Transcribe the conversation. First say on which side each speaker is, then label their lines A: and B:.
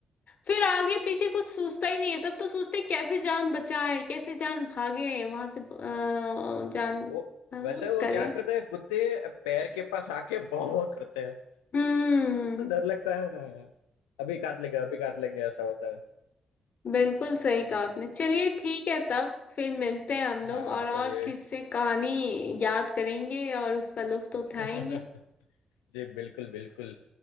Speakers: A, on the left; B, on the left.
A: फिर आगे पीछे कुछ सोचता ही नहीं है तब तो सोचते हैं, कैसे जान बचाए कैसे जान भागे वहां से अ, जान
B: वो
A: अ,
B: वैसे वो
A: करे
B: क्या करते हैं कुत्ते पैर के पास आके भौं करते हैं
A: हम्म
B: इतना डर लगता है ना यार अभी काट लेंगे अभी काट लेंगे ऐसा होता है
A: बिल्कुल सही कहा आपने चलिए ठीक है तब फिर मिलते हैं हम लोग
B: हाँ
A: और
B: चलिए
A: और किससे कहानी याद करेंगे और उसका लुत्फ तो उठाएंगे
B: <laughs> जी बिल्कुल, बिल्कुल।